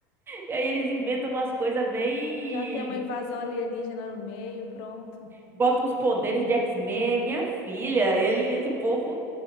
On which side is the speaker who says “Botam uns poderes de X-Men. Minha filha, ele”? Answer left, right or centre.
Right